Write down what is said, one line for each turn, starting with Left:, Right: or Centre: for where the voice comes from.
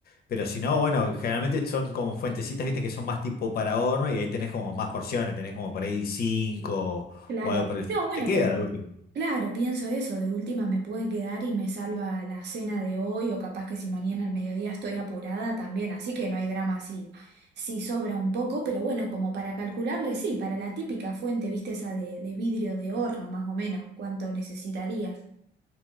Left: pero si no, bueno, generalmente son como fuentecitas, viste, que son más tipo para horno y ahí tenés como más porciones, tenés como por ahí cinco
Right: Claro.
Left: o algo por el estilo.
Right: No, bueno,
Left: Te queda
Right: pero
Left: de último.
Right: claro, pienso eso, de última me puede quedar y me salva la cena de hoy o capaz que si mañana al mediodía estoy apurada también, así que no hay drama si, si sobra un poco, pero bueno, como para calcularle, sí, para la típica fuente, viste esa de, de vidrio de horno más o menos, cuánto necesitaría.